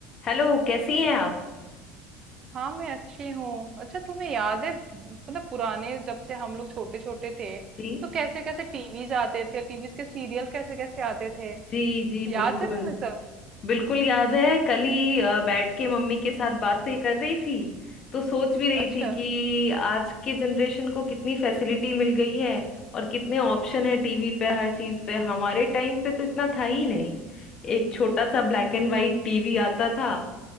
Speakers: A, on the left; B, on the right.
A: Hello कैसी हैं आप
B: हाँ मैं अच्छी हूँ अच्छा तुम्हें याद है मतलब पुराने जब से हम लोग छोटे छोटे थे
A: जी
B: तो कैसे कैसे टीवीज आते थे टीवीज के सीरियल कैसे कैसे आते थे
A: जी जी
B: याद
A: बिल्कुल
B: है तुम्हें सब
A: बिल्कुल याद है कल ही अ, बैठ के मम्मी के साथ बातें कर रही थी तो सोच भी रही
B: अच्छा
A: थी कि आज के जनरेशन को कितनी फैसिलिटी मिल गई है और कितने ऑप्शन है टीवी पे हर चीज पे हमारे टाइम पे तो इतना था ही नहीं एक छोटा सा ब्लैक एंड वाइट टीवी आता था